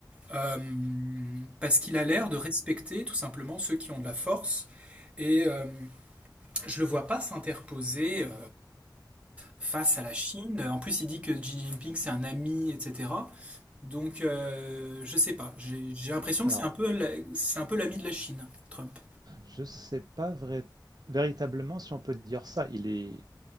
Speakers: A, on the right; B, on the right.
A: euh, parce qu'il a l'air de respecter tout simplement ceux qui ont de la force, et euh, je le vois pas s'interposer euh, face à la Chine. En plus, il dit que Xi Jinping c'est un ami, etc. Donc, euh, je sais pas. J'ai j'ai l'impression que
B: Alors,
A: c'est un peu la- c'est un peu l'ami de la Chine, Trump.
B: je sais pas vrai- véritablement si on peut dire ça. Il est,